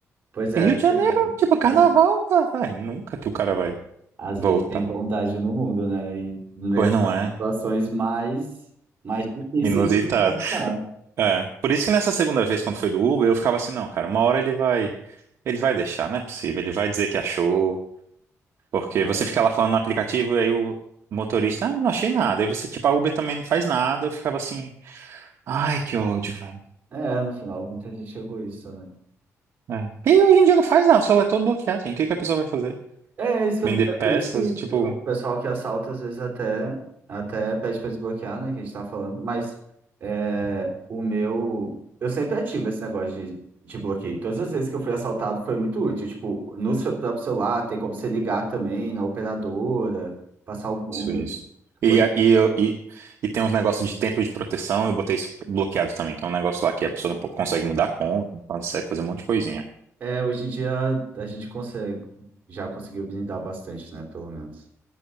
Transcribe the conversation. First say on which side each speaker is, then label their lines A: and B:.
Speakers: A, on the right; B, on the right.
A: pois é,
B: E Rio
A: pra
B: de
A: você
B: Janeiro,
A: ver.
B: tipo, carnaval,
A: Às,
B: vai, vai, nunca que o cara vai
A: às
B: voltar.
A: vezes tem bondade no mundo, né? E mesmo
B: Pois não
A: as
B: é?
A: situações mais, mais difíceis
B: Inusitado.
A: de se encontrar.
B: É. Por isso que nessa segunda vez, quando foi do Uber, eu ficava assim, não, cara, uma hora ele vai, ele vai deixar, não é possível, ele vai dizer que achou. Porque
A: Aham.
B: você fica lá falando no aplicativo e aí o motorista, ah, não achei nada. Aí você, tipo, a Uber também não faz nada. Eu ficava assim, ai, que ódio, velho.
A: É, no final, muita gente chegou isso, né?
B: É. é. E hoje em dia não faz nada, o celular é todo bloqueado, gente. O que que a pessoa vai fazer?
A: É, é isso que
B: Vender
A: eu, é
B: peças,
A: por isso que
B: tipo.
A: o pessoal que assalta às vezes até, até pede para desbloquear, né? Que a gente tá falando, mas é, o meu. Eu sempre ativo esse negócio de, de bloqueio. Todas as vezes que eu fui assaltado foi muito útil. Tipo, no seu próprio celular tem como você ligar também na operadora, passar o número.
B: Isso, isso. E,
A: Hoje,
B: a- e, eu- e, e tem uns negócios de tempo de proteção, eu botei isso bloqueado também, que é um negócio lá que a pessoa não po- consegue mudar a conta, não consegue fazer um monte de coisinha.
A: é, hoje em dia a gente consegue, já conseguiu blindar bastante, né? Pelo menos.